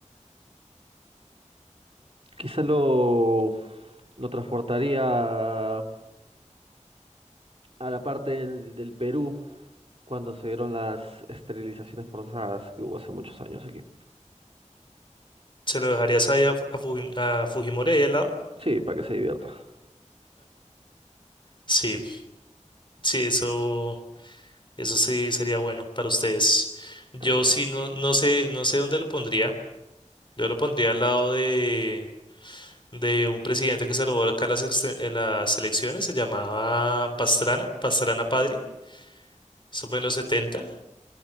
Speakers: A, on the right; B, on the left.
A: Quizá lo, lo transportaría a la parte del, del Perú cuando se dieron las esterilizaciones forzadas que hubo hace muchos años aquí.
B: ¿Se lo dejarías ahí a, Fu- a Fuji- a Fujimori ahí al lado?
A: Sí, para que se divierta,
B: Sí. Sí, eso, eso sí sería bueno para ustedes. Yo
A: tal cual.
B: sí no, no sé, no sé dónde lo pondría. Yo lo pondría al lado de, de un presidente que se robó acá las, exte- eh, las elecciones, se llamaba Pastrana, Pastrana Padre. Eso fue en los 70.